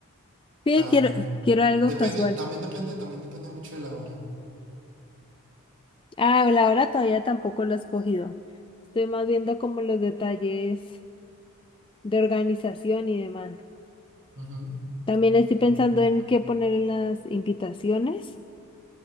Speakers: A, on the left; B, on the right.
A: Sí,
B: tan...
A: quiero, quiero algo
B: Depende,
A: casual.
B: también depende, también depende mucho de la hora.
A: Ah, la hora todavía tampoco lo he escogido. Estoy más viendo como los detalles de organización y demás.
B: Ujú,
A: También estoy pensando
B: mm,
A: en qué poner en las invitaciones.